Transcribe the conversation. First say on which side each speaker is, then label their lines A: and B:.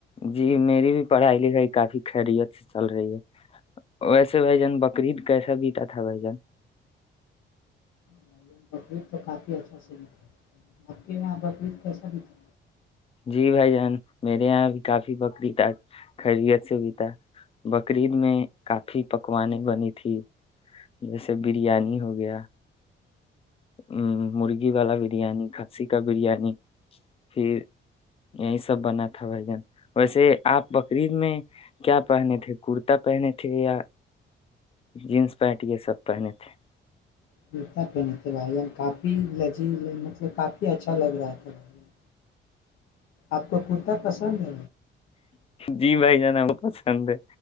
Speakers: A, on the left (about 30°); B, on the left (about 85°).
A: جی میری بھی پڑھائی لکھائی کافی خیریت سے چل رہی ہے ویسے بھائی جان بقرریید کیسا بیتا تھا بھائی جان
B: بھائی جان بقرعید تو کافی اچھا سے بتا آپ کے یہاں بدریت کیسا بتا
A: جی بھائی جان میرے یہاں بھی کافی بکریید خیریت سے بھی تھا بقرریید میں کافی پکوان بنی تھی جیسے بریانی ہو گیا ا مرغی والا بریانی کھنسی کا بریانی پھر یہی سب بنا تھا بھجن ویسے آپ بکریید میں کیا پہنے تھے کرتا پہنے تھے یا جینس پینٹ یہ سب پہنے تھے
B: جوتا پہنے چلا کافی لگ جی مطلب کافی اچھا لگ رہا تھا بھ آپ کو کرتا پسند ہے
A: جی بھائی جانا وہ پسند ہے